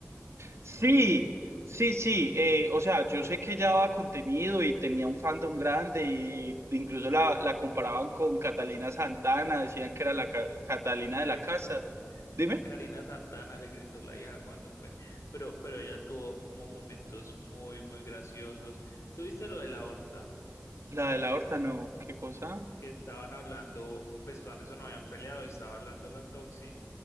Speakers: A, on the right; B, on the left.
A: Sí, sí, sí. eh, o sea, yo sé que ella daba contenido y tenía un fandom grande, y incluso la, la comparaban con Catalina Santana, decían que era la Ca- Catalina
B: Karina,
A: de la casa. Dime,
B: Karina Santana le gritó la hija cuando fue, pero, pero ella tuvo como momentos muy, muy graciosos. ¿Tuviste lo de la horta?
A: la de la horta, no, qué cosa.
B: Que estaban hablando, pues cuando eso no habían peleado, estaba hablando la Toxi